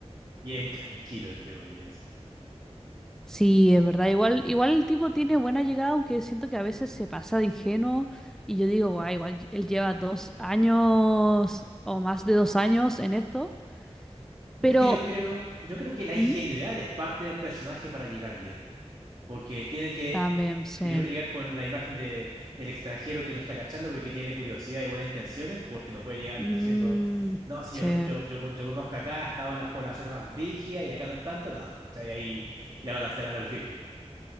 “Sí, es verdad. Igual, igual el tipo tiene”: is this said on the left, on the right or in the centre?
Centre